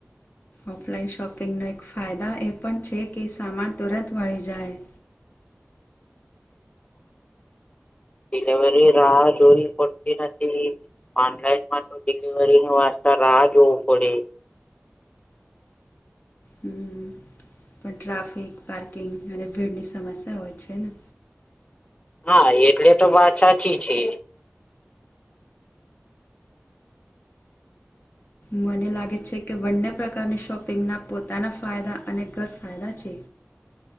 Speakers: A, on the left; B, on the left.
A: ઓફલાઈન શોપિંગનો એક ફાયદા એ પણ છે કે સામાન તુરંત મળી જાય
B: હમલિવરી રાહ જોવી પડતી નથી ઓનલાઈન માં તો ડિલિવરી ન વાસ્તા રાહ જોવું પડે
A: હમ પણ ટ્રાફિક પાર્કિંગ અને ભીડની સમસ્યા હોય છે ને
B: હા એટલે તો વાત સાચી છે
A: મને લાગે છે કે બંને પ્રકારની શોપિંગના પોતાના ફાયદા અને ગેરફાયદા છે